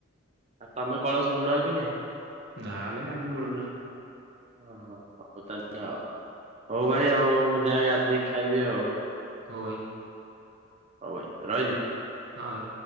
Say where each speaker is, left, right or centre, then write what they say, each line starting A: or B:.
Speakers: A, on the right; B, on the right.
A: ଆଉ ତମେ କଳସ ବୁଡା କି ନାହିଁ?
B: ନା ଆମେ, ଆମେ <unintelligible> ନା
A: ଓ ହୋ ହଉ ତା ହେଲେ। ହଉ ଭାଇ ଆଉ ଯାଏ ଗାଧେଇ କି ଖାଇବି ଆଉ।
B: ହଉ ଭାଇ।
A: ହଉ ଭାଇ ରହିଲି।
B: ହଁ ଭାଇ।